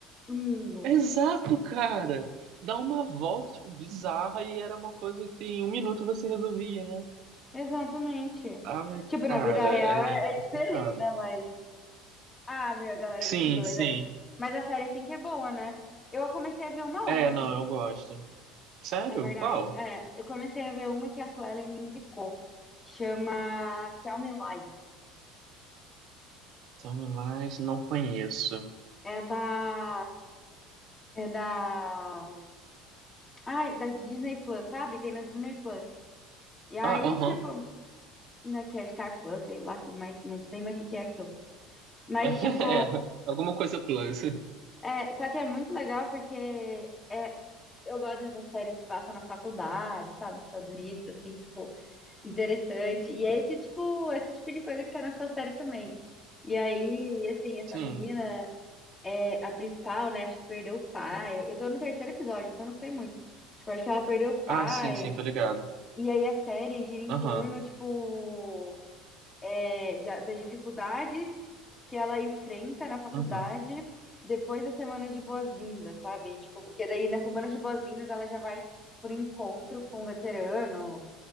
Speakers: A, on the left; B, on the right.
A: do mundo.
B: exato, cara. Dá uma volta, tipo, bizarra e era uma coisa que em um minuto você resolvia, né?
A: Exatamente.
B: Ai,
A: Tipo,
B: cara,
A: na vida real é,
B: é
A: é
B: complicado.
A: diferente, né? Mas Ah, meu, a galera é muito
B: Sim,
A: doida.
B: sim.
A: Mas a série, assim, que é boa, né? Eu comecei a ver uma
B: É,
A: ontem,
B: não, eu gosto. Sério?
A: na verdade.
B: Qual?
A: É, eu comecei a ver uma que a Suelen me indicou. Chama Tell Me Lies.
B: Tell Me Lies, não conheço.
A: É da... É da... Ai, da Disney Plus, sabe? Tem na Disney Plus. E aí,
B: Ah, aham.
A: tipo... Ainda que é Star Plus, sei lá, que mais... Não sei mais o que que é aquilo. Mas,
B: <laughs>
A: tipo...
B: É, alguma coisa plus.
A: É, só que é muito legal porque... É, eu gosto dessas séries que passam na faculdade, sabe? Estados Unidos, assim, tipo... Interessante. E é esse tipo, é esse tipo de coisa que tá na sua série também. E aí, assim, essa
B: Sim.
A: menina, é, a principal, né? Acho que perdeu o pai. Eu, eu tô no terceiro episódio, então não sei muito. Tipo, acho que ela perdeu o pai.
B: Ah, sim, sim, tô ligado.
A: E aí a série gira em
B: Aham,
A: torno, tipo, é, de- das dificuldades que ela enfrenta na faculdade
B: uhum,
A: depois da semana de boas-vindas, sabe? Tipo, porque daí na semana de boas-vindas ela já vai por encontro com um veterano